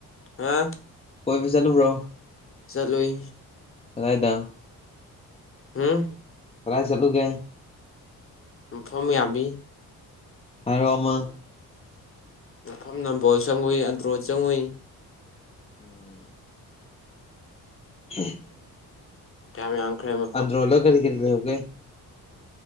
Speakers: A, on the left; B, on the left.
A: ꯍꯥ
B: ꯀꯣꯏꯕ ꯆꯠꯂꯨꯕ꯭ꯔꯣ
A: ꯆꯠꯂꯨꯏ
B: ꯀꯗꯥꯏꯗ
A: ꯎꯝ
B: ꯀꯗꯥꯏ ꯆꯠꯂꯨꯒꯦ
A: ꯃꯐꯝ ꯌꯥꯝꯃꯤ
B: ꯍꯥꯏꯔꯣ ꯑꯃ
A: ꯃꯐꯝ ꯅꯝꯕꯣꯜ ꯆꯪꯉꯨꯏ ꯑꯟꯇ꯭ꯔꯣꯗ ꯆꯪꯉꯨꯏ
B: ꯎꯝ <unintelligible>
A: ꯀꯌ꯭ꯥꯝ ꯌꯥꯝꯈꯔ꯭ꯦ ꯃ
B: ꯑꯟꯗ꯭ꯔꯣꯂ ꯀꯔꯤ ꯀꯔꯤ ꯂꯩꯍꯧꯒꯦ